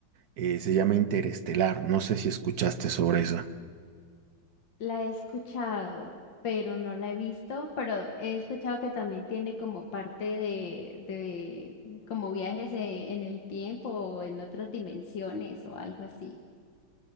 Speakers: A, on the right; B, on the left.
A: eh, se llama Interestelar, no sé si escuchaste sobre esa.
B: La he escuchado, pero no la he visto, pero he escuchado que también tiene como parte de, de mm, como viajes eh, en el tiempo o en otras dimensiones o algo así.